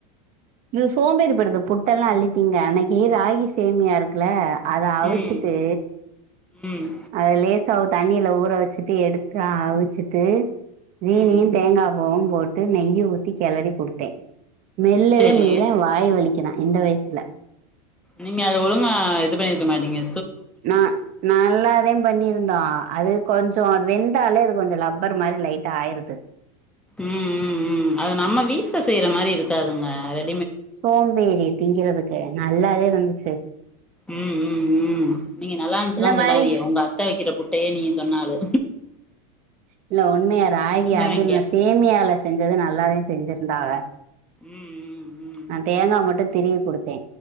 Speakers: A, on the right (about 40°); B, in the centre.
A: இது சோம்பேறிப்படுது புட்டெல்லா அள்ளித்திங்க அன்னைக்கு ராகி சேமியா இருக்ல அத அவிச்சிட்டு
B: ம் ம்
A: அது லேஸ் ஆ தண்ணில ஊற வச்சிட்டு எடுத்து அவிச்சிட்டு ஜீனியு
B: ம்
A: தேங்காவு ம் போட்டு நெய்ய ஊத்தி கெளறி குடுத்தே மெல்லவே
B: செரி
A: முடில வாய் வலிக்கு ரா இந்த வயசுல
B: நீங்க அது ஒழுங்க இது பண்ணிருக்க மாட்டிங்க
A: ந நல்லாதே பண்ணியிருந்தோ அது கொஞ்ச அது வெந்தாலே அது கொஞ்ச லப்பர் மாரி லைட்டா ஆயிருது
B: ம் ம் ம் அது நம்ம வீட்ல செய்ற மாரி இருக்காதுங்க ரெட்
A: சோம்பேறி திங்கிறதுக்கு நல்லாதே இருந்துச்சு
B: ம் ம் ம் நீங்க நல்லா இருந்துச்சுலா
A: இந்த
B: சொல்லாதீக
A: மாரி
B: உங்க அத்த வக்கிற புட்டையே நீங்க சொன்ன ஆளு
A: இல்ல உண்மையா ராகி
B: சின்னவைங்க
A: அது நா சேமியால செஞ்சது நல்லாதே செஞ்சிருந்தா அவ
B: ம் ம்
A: நா தேங்கா மட்டு திருவி குடுத்தே